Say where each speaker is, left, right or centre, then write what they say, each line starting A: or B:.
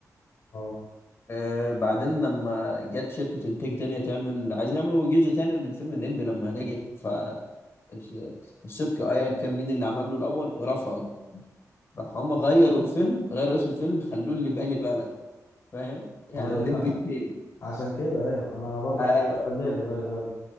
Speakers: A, on the left; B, on the left.
A: اه
B: آه بعدين لما جت شركه انتاج تانية تعمل عايزين يعملوا جزء تاني من فيلم الليمبي لما نجح ف الس- السبكي ايا كان مين اللي عمل له الاول رفض راح هم غيروا الفيلم غيروا اسم الفيلم خلوه اللي بالي بالك فاهم يعني
A: أيوه
B: الليمبي
A: <laughs>
B: <laughs>
A: عشان كده أيوه أنا برضه
B: 2
A: كنت بسأل ليه اللي بالي بالك